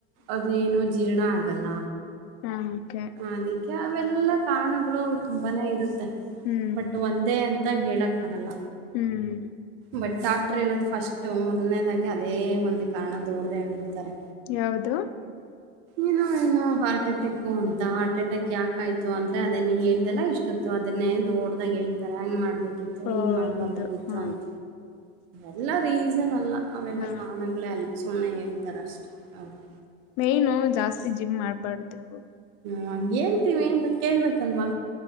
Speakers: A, on the right; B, on the left.
A: ಅದು ಏನೋ ಜೀರ್ಣ ಆಗಲ್ಲ
B: ಹಾ ಓಕೆ
A: ಅದಕ್ಕೆ ಅವೆಲ್ಲ ಕಾರಣಗಳು ತುಂಬಾನೇ ಇರುತ್ತೆ
B: ಹ್ಮ್
A: ಬಟ್ ಒಂದೇ ಅಂತ ಹೇಳಕಗಾಲ
B: ಹ್ಮ್
A: ಬಟ್ ಡಾಕ್ಟರ್ ಹೇಳದ್ ಫಸ್ಟ್ ಮೊದ್ನೇದಾಗಿ ಅದೇ ಒಂದು ಕಾರಣ ದೋಡ್ದ ಹೇಳ್ಬಿಡ್ತಾರೆ
B: ಯಾವುದು
A: ಏನು ಏನೋ ಹಾರ್ಟ್ ಅಟ್ಯಾಕ್ ು ಅಂತ ಹಾರ್ಟ್ ಅಟ್ಯಾಕ್ ಯಾಕಾಯ್ತು ಅಂದ್ರೆ ಅದೇ ನೀ ಹೇಳ್ದಲ್ಲ ಇಷ್ಟೊತ್ತು ಅದನ್ನೇ ಓಡ್ದಾಗ ಹೇಳ್ತಾರ ಹಂಗ್ ಮಾಡ್ಬೇಕಿತ್ತು
B: ಹೌದು
A: ಹಿಂಗ್ ಮಾಡ್ಬಾರ್ದಾಗಿತ್ತು
B: ಹಾ
A: ಅಂತ ಎಲ್ಲ ರೀಸನ್ ಅಲ್ಲ ಅವೆಲ್ಲ
B: ಹಾ
A: ಕಾಣಗಳೇ ಅಲ್ಲ ಸುಮನೆ ಹೇಳ್ತಾರೆ ಅಷ್ಟೇ ಓಕೆ
B: ಮೈನು ಜಾಸ್ತಿ ಜಿಮ್ ಮಾಡ್ಬಾರ್ದೇವು
A: ಹ ಹೇಳ್ತೀವಿ ಬಟ್ ಕೇಳ್ಬೇಕಲ್ವಾ